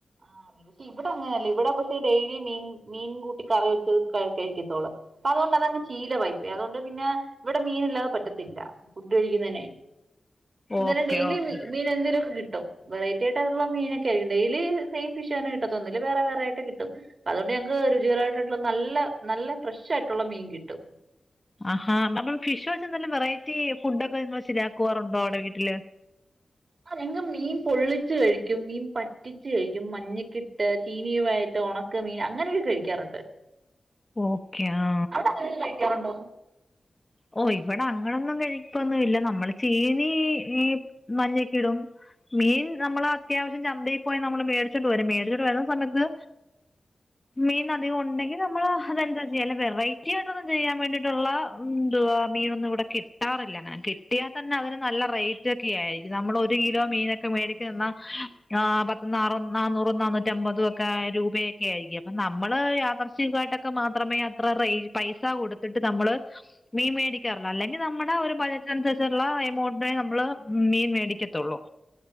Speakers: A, on the right; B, on the left.
A: ആഹ് ഇവിടങ്ങനല്ല ഇവിടെ പക്ഷെ ഡെയിലി മീൻ മീൻ കൂട്ടി കറി വെച്ച് കഴി കഴിക്കെത്തോളൂ അതോണ്ട് അതങ്ങ് ശീലവായി പോയി അതോണ്ട് പിന്ന ഇവിട മീൻ ഇല്ലാതെ പറ്റത്തില്ല ഫുഡ് കഴിക്കുന്നതിനെ ന്താലും
B: ഓക്കെ
A: ഡെയിലി
B: ഓക്കെ
A: മീനെന്തേലുക്കെ കി വെറൈറ്റി ആയിട്ട് ഉള്ള മീനൊക്കെ ആയി <unintelligible> ഇടയില് സെയിം ഫിഷ് തന്നെ കിട്ടത്തൊന്നുല്ല വേറെ വേറെ ആയിട്ട് കിട്ടും അതോണ്ട് ഞങ്ങക്ക് രുചികരായിട്ട്ട്ടുള്ള നല്ല നല്ല ഫ്രഷ് ആയിട്ടുള്ള മീൻ കിട്ടും
B: ആഹാ അപ്പം ഫിഷ് വെച്ച് എന്തേലും വെറൈറ്റി ഫുഡ ഒക്കെ നിങ്ങ ശരിയാക്കുവാറുണ്ടോ അവിടെ വീട്ടില്
A: ആഹ് ഞങ്ങക്ക് മീൻ പൊള്ളിച്ചു കഴിക്കും മീൻ പറ്റിച്ചു കഴിക്കും മഞ്ഞക്കിട്ട് ചീനീവായ്ട്ട് ഒണക്ക മീൻ അങ്ങനെയൊക്കെ കഴിക്കാറ്ണ്ട്
B: ഓക്കെ ആ
A: അവിടെ അങ്ങന്യക്കെ കഴിക്കാറുണ്ടോ
B: ഓഹ് ഇവടെ അങ്ങനൊന്നും കഴിക്കൊന്നും ഇല്ല നമ്മൾ ചീനി ഈ മഞ്ഞക്കിടും മീൻ നമ്മള് അത്യാവശ്യം ചന്തയിൽ പോയി നമ്മള് മേടിച്ചോണ്ട് വരും മേടിച്ചോണ്ട് വരുന്ന സമയത്ത് മീൻ അധികം ഒണ്ടെങ്കി നമ്മൾ അതെന്താ ചെയ്യ അല്ല വെറൈറ്റി ആയിട്ടൊന്നും ചെയ്യാൻ വേണ്ടിട്ടുള്ള ന്തുവാ മീനൊന്നും ഇവിടെ കിട്ടാറില്ല അങ്ങനെ കിട്ടിയാ തന്നെ അതിന് നല്ല റേറ്റ് ഒക്കെ ആയിരിക്കും നമ്മള് ഒരു കിലോ മീനൊക്കെ മേടിക്കന്നു
A: ഓഹോ
B: ന്ന ന്നാ പത് നാറ നന്നൂറ് നന്നൂറ്റമ്പതു ഒക്കെ രൂപയൊക്കെ ആയിരിക്കും അപ്പം നമ്മള് യഥാർചികം ആയിട്ടൊക്കെ മാത്രമേ അത്ര റേയ് പൈസ കൊടുത്തിട്ട് നമ്മള് മീൻ മേടിക്കാറ്ള് അല്ലെങ്കി നമ്മട ഒരു ബഡ്ജറ്റിനനുസരിച്ച്ള്ള എമോട്ടിനെ നമ്മള് മീൻ മേടിക്കത്തൊള്ളൂ